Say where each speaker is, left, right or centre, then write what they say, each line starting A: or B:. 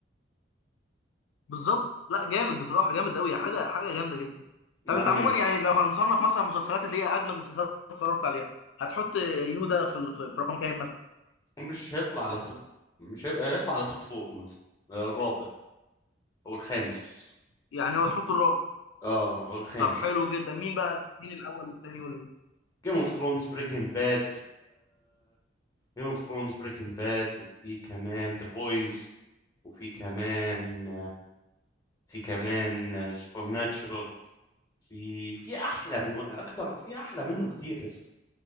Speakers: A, on the left; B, on the left.
A: بالظبط لا جامد بصراحه جامد قوي حاجه حاجه جامده جدا
B: لا
A: طب انت
B: لا
A: عموما
B: لا
A: يعني لو هنصنف مثلا المسلسلات اللي هي اجمد مسلسلات اتفرجت عليها هتحط يودا في ال- في في رقم كام مثلا
B: مش هيطلع على التوب مش هيبقى هيطلع على توب فور مثلا الرابع أو الخامس
A: يعني هو تحط الرابع
B: اه أو الخامس
A: طب حلو جدا مين بقى مين الاول والثاني وال...
B: جيم اوف ثرونز بريكنج باد جيم اوف ثرونز بريكنج باد وفي كمان ذا بويز وفي كمان في كمان سوبر ناتشرال في في احلى من اكتر في احلى منه كتير يا اسطى